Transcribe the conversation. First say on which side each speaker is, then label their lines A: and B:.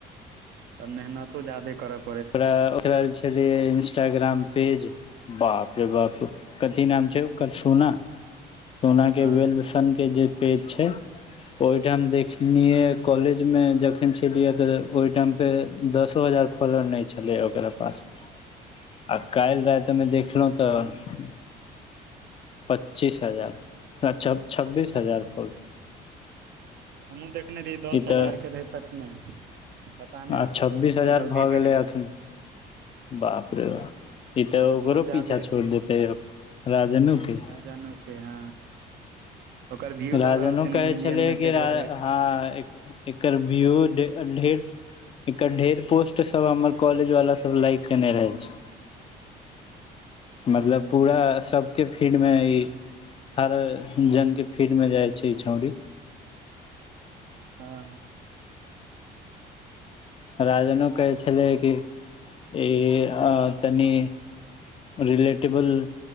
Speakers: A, on the right (about 75°); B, on the left (about 35°).
A: तब मेहनतो जाादे करब
B: ओकरा ओकरा जे छलय इंस्टाग्राम पेज बाप रे बाप कथी नाम छै ओकर सोना सोना के
A: हँ
B: वेलबसन के जे पेज छै ओहिठाम देखनि कॉलेज मे जखन छलियै तऽ ओहि टाइम पर दसो हजार फ खोलऽ नहि छलै ओकरा पास आ काल्हि रातिमे देखलहुँ तऽ पच्चीस हजार अ छ छब्बीस हजार फल
A: हमहूँ देखने रहियै दस
B: ई
A: हजारके
B: तऽ
A: रहै तखने पता
B: आ
A: नय आब
B: छब्बीस
A: कतेक
B: हजार
A: जल्दी
B: भऽ
A: बढ गेलै
B: एखन बाप रे बा ई तऽ ओकरो
A: बहुत ज्यादे
B: पीछा छोड़ देते यो राजन के
A: जान के ह ओकर व्यू
B: राजनो
A: दऽ रहल छै
B: कहै
A: ने मिलियन
B: छलै
A: मे
B: कि
A: ताहि दुआरे
B: हँ एकर व्यू ढ ढेर एकर ढेर पोस्ट सब हमर कॉलेज वाला सब लाइक केने रहे छै मतलब पूरा सबके फीड मे ई हर जन के फीड में रहइ छै ई छौड़ी
A: हँ ह
B: राजनो कहै छलै कि ई अ म्म तनी रिलेटेबल